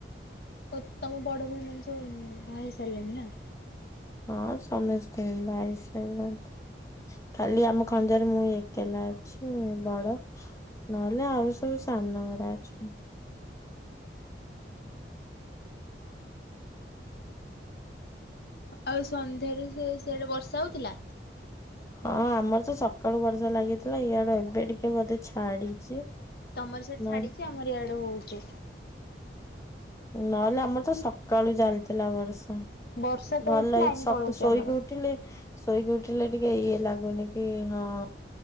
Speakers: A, on the left; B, on the left.
A: ମ ତମ ବଡ ଭଉଣୀ ମାନେ ସବୁ ବାହା ହେଇସାରିଲାଣି ନା।
B: ହଁ ସମସ୍ତେ ବାହା ହେଇ ସାରିଲେଣି। ଖାଲି ଆମ ଖଞ୍ଜାରେ ମୁଁ ଏକଲା ଅଛି ବଡ। ନହେଲେ ଆଉ ସବୁ ସାନ ଗୁରା ଅଛନ୍ତି।
A: ହଁ। ଆଉ ସନ୍ଧ୍ୟାରେ ସେ ସିଆଡେ ବର୍ଷା ହଉଥିଲା?
B: ହଁ ଆମର ତ ସକାଳୁ ବର୍ଷା ଲାଗିଥିଲା ଇଆଡେ ଏବେ ଟିକେ ବୋଧେ ଛାଡିଛି।
A: ତମର ସେଠି
B: ନ
A: ଛାଡିକି ଆମର ଇଆଡେ ହଉଛି।
B: ନହେଲେ ଆମର ତ ସକାଳୁ ଚାଲିଥିଲା ବର୍ଷା
A: ବର୍ଷା ତ
B: ଭଲ
A: ହଉଛି ଲାଇନ
B: ହେଇଛି
A: ପଳଉଛି
B: ଶୋଇକି
A: ଆମର।
B: ଉ ଉଠିଲେ ଶୋଇକି ଉଠିଲେ ଟିକେ ଇଏ ଲାଗୁନି କି ହଁ।